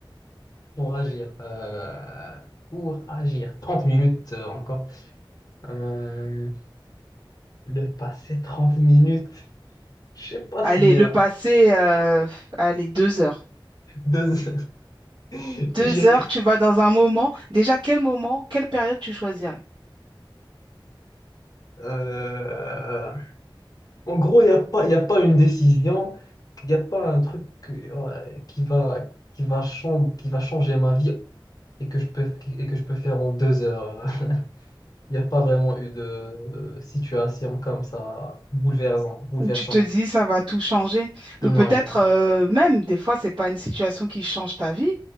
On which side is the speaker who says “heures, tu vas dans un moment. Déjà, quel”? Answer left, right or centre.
Right